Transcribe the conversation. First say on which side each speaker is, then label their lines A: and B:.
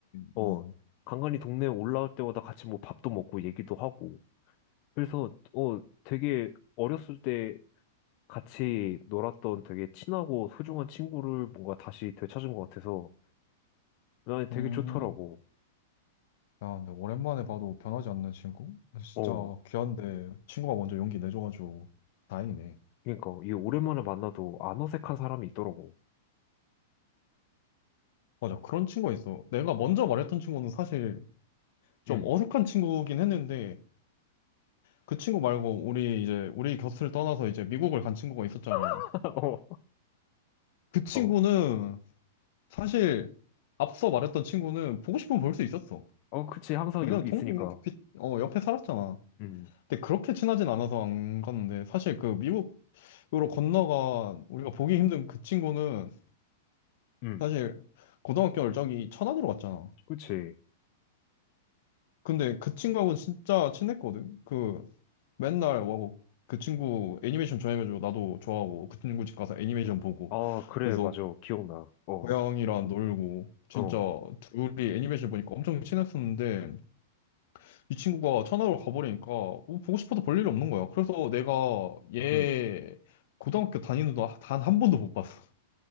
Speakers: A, on the left; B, on the left.
A: 어
B: 뭐,
A: 간간이 동네에 올라올 때마다 같이 뭐 밥도 먹고 얘기도 하고 그래서 어 되게 어렸을 때 같이 놀았던 되게 친하고 소중한 친구를 뭔가 다시 되찾은 것 같아서 난 되게
B: 음.
A: 좋더라고
B: 야, 근데 오랜만에 봐도 변하지 않는 친구? 진짜
A: 어
B: 귀한데 친구가 먼저 용기 내줘가지고 다행이네.
A: 그러니까 이게 오랜만에 만나도 안 어색한 사람이 있더라고
B: 맞아, 그런 친구가 있어. 내가 먼저 말했던 친구는 사실 좀
A: 음
B: 어색한 친구긴 했는데 그 친구 말고 우리 이제 우리 곁을 떠나서 이제 미국을 간 친구가 있었잖아.
A: <laughs>
B: 그 친구는
A: 어 어
B: 사실 앞서 말했던 친구는 보고 싶으면 볼 수 있었어.
A: 어 그치 항상
B: 왜냐면
A: 여기
B: 동,
A: 있으니까
B: 비- 어, 옆에 살았잖아.
A: 음
B: 근데 그렇게 친하진 않아서 안 갔는데 사실 그 미국으로 건너가 우리가 보기 힘든 그 친구는
A: 음.
B: 사실 고등학교 열정이 천안으로 갔잖아.
A: 그치.
B: 근데 그 친구하고는 진짜 친했거든. 그 맨날 와고 그 친구 애니메이션 좋아해가지고 나도 좋아하고 그 친구 집 가서 애니메이션 보고
A: 아, 그래,
B: 거기서
A: 맞아. 기억나. 어,
B: 고양이랑 놀고 진짜
A: 어,
B: 둘이 애니메이션 보니까 엄청 친했었는데 이 친구가 천안으로 가버리니까 뭐 보고 싶어도 볼 일이 없는 거야. 그래서 내가 얘
A: 음
B: 고등학교 다니는 동안 단 한 번도 못 봤어.